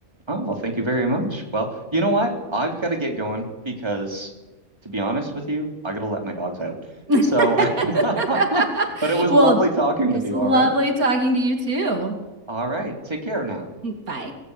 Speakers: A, on the right; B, on the right.
A: oh well, thank you very much. Well, you know what? I've got to get going because to be honest with you, I got to let my dogs out. So,
B: <laughs>
A: <laughs> but it was
B: Well,
A: lovely talking
B: it's
A: with you,
B: lovely
A: all right?
B: talking to you too.
A: All right. Take care now.
B: Bye.